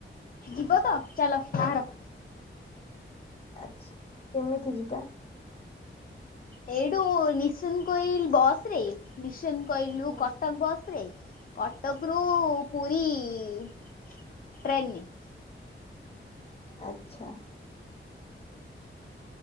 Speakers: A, on the left (about 45°); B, on the left (about 30°).
A: ଯିବ ତ ଚାଲ ବାହାର।
B: ଆଛା କେମିତି ଯିବା?
A: ଏଇଠୁ ନିଶ୍ଚିନ୍ତ କୋଇଲି ବସ ରେ ନିଶ୍ଚନ୍ତ କୋଇଲୁ ରୁ
B: ହୁଁ
A: କଟକ ବସ୍ ରେ କଟକରୁ ପୁରୀ ଟ୍ରେନରେ।
B: ଆଛା।